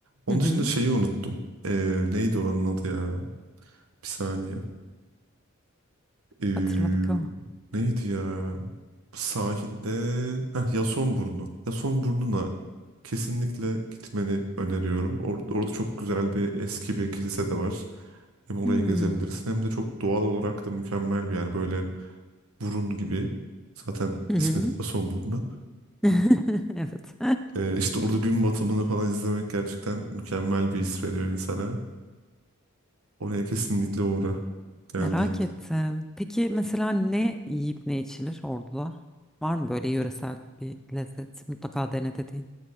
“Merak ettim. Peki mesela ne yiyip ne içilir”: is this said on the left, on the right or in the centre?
Centre